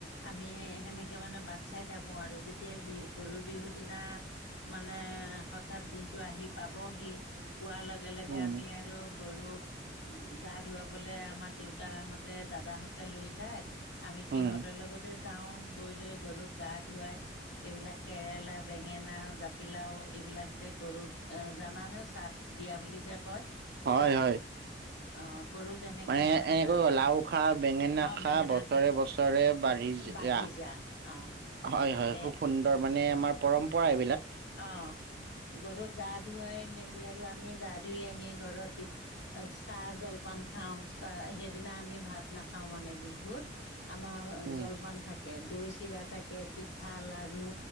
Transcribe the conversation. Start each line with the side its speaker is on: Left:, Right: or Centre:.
Left: আমি সেনেকে মানে বাট চাই থাকোঁ আৰু, যেতিয়াই বি গৰু বিহুৰ দিনা মানে হঠাৎ দিনটো আহি পাবহি। পোৱাৰ লগে লগে
Right: উম
Left: আমি আৰু গৰুক গা ধুৱাবলে আমাৰ দেউতাহঁতে, দাদাহঁতে লৈ যায়। আমি সিহঁতৰ
Right: উম
Left: লগতে যাওঁ, গৈ লৈ গৰুক গা ধুৱাই এইবিলাক কেৰেলা, বেঙেনা, জাতিলাও এইবিলাক যে গৰুক জানানে চাট দিয়া বুলি যে কয়।
Right: হয়,
Left: চাট
Right: হয়।
Left: অ গৰুক এনেকে
Right: মানে এনেকৈ
Left: চা-
Right: লাও খা, বেঙেনা
Left: অ
Right: খা
Left: বেঙেনা
Right: বতৰে বছ ৰে বাঢ়ি
Left: বাঢ়ি
Right: যা।
Left: অ
Right: হয়, হয়
Left: এ
Right: খুব সুন্ দৰ মানে আমাৰ পৰম্পৰা এইবিলাক।
Left: অ', গৰুক গা ধুৱাই মেলি, আৰু আমি গা ধুই আহি ঘৰত পিঠ্ চাহ জলপান খাওঁ, চাহ সেইদিনা আমি ভাত নাখাওঁ মানে বিহুত। আমাৰ
Right: উম
Left: জলপান থাক থাকে দৈ চিৰা থাকে, পিঠা লাৰু